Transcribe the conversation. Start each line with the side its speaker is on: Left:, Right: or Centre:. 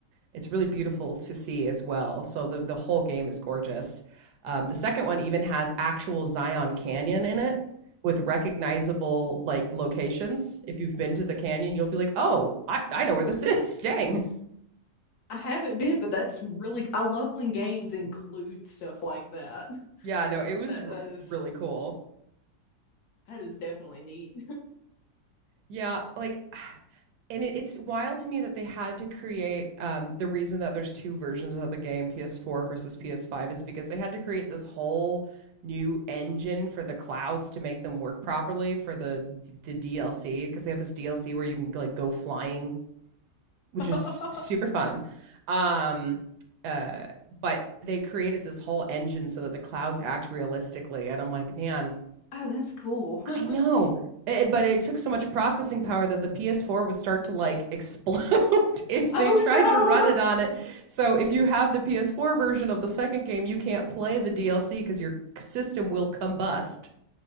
Right: It's really beautiful to see as well. So the the whole game is gorgeous. Um, the second one even has actual Zion Canyon in it with recognizable like locations. If you've been to the canyon, you'll be like, "Oh, I I know where this is." <laughs> Dang.
Left: I haven't been, but that's really I love when games include stuff like that. <laughs>
Right: Yeah, no, it was
Left: That,
Right: r-
Left: that is
Right: really cool.
Left: that is definitely neat.
Right: Yeah, like <sighs> and it, it's wild to me that they had to create um the reason that there's two versions of the game, PS4 versus PS5 is because they had to create this whole new engine for the clouds to make them work properly for the the DLC because they have this DLC where you can like go flying, which
Left: <laughs>
Right: is
Left: oh,
Right: super fun. Um uh but they created this whole engine so that the clouds act realistically and I'm like, man,
Left: that's cool. <laughs>
Right: I know. Eh, eh, but it took so much processing power that the PS4 would start to like explode <laughs> if
Left: oh
Right: they tried to run
Left: no.
Right: it on it. So if you have the PS4 version of the second game, you can't play the DLC because your system will combust.